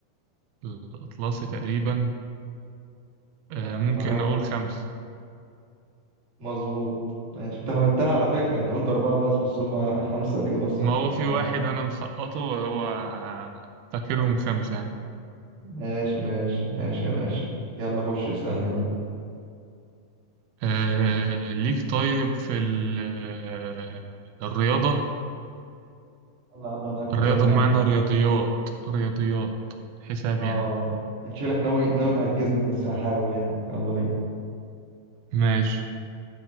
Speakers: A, on the right (about 85°); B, on the right (about 30°).
A: الأطلسي تقريبا آه
B: ها
A: ممكن
B: قربت
A: أقول خمسة
B: مظبوط ماشي انت هبتها على فكرة يعني انت قلت أربعة بس بس هما خمسة الإجابة الصح
A: ما هو
B: تمام
A: في واحد أنا مسقطه وهو فاكرهم خمسة يعني.
B: ماشي ماشي ماشي يا باشا يلا خش اسألني بقى
A: آه ليك طيب في ال- آه، الرياضة
B: يلا يا عم أنا معاك في
A: الرياضة
B: أي حاجة
A: بمعنى رياضيات رياضيات حساب
B: اه
A: يعني
B: انت شكلك ناوي ناوي تعجزني بس هحاول يعني يلا بينا
A: ماشي